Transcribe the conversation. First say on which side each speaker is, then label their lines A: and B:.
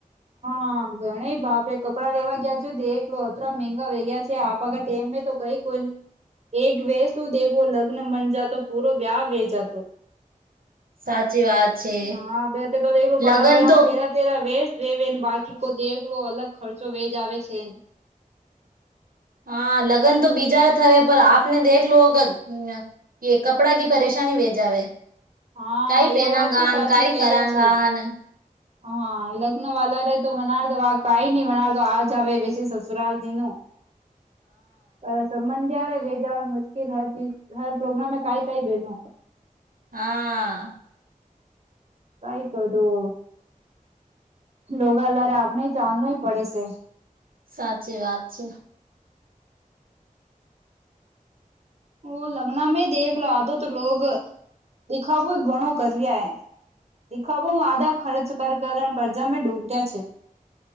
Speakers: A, on the right; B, on the right.
A: હા ગણ બાપડે કપડાં લેવા ગયા છ દેખલો અતરા મંગા વે ગયા છે આપ આગળ મ તો કઈક કોન એક વે શું દેખો લગ્ન મન જાતો પૂરો વ્યાહ વે જાતો
B: સાચી વાત છે
A: હા બેટ તો દેખ બાર
B: લગન
A: બારા
B: તો
A: તેરા તેરા વેસ બાકી કો દેલો અલગ ખર્ચો વેજ આવે છે
B: હા લગ્ન તો બીજા થવે પણ આપ આપને દેખ લોગ કે કપડા ક પરેશાન ભેજવે
A: હા
B: કઈ પહેના
A: આ વાત
B: ગાન
A: બી સાચી
B: કઈ
A: કે
B: કર
A: રહ્યા છે.
B: ગાન
A: હા લખ્ન વાલારે તો મનારતો કઈ નઈ મનારતો આજ આવે બે સસુરાાલ ન પણ સંબંધ જ્યારે બે દાડા મુશ્કેલી હોય. હર પ્રોગ્રમે કંઈ કંઈ બેનો.
B: હા.
A: કાઈ બધું. લોગાલરે આપને ચાલનોય પડે છે.
B: સાચી વાત છે.
A: ઓ લગ્ના મે દેખ લ તો તો લ <inaudible> દેખાવો ઘણો કર્યા એ. દેખાવો હ આધા ખર્ચ કર કરણ કરજા મે ડૂબર્યા છે.